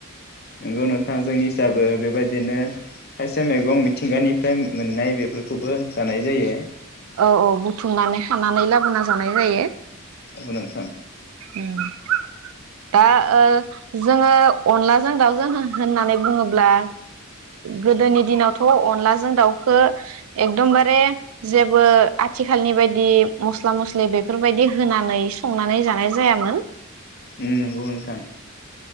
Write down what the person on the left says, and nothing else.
नोंगौ नोंथां जोंनि जाबो बेबायदिनो खायसे मैगं मिथिंगानिफ्राय मोननाय बेफोरखौबो जानाय जायो
औ नोंथां
उम नंगौ नोंथां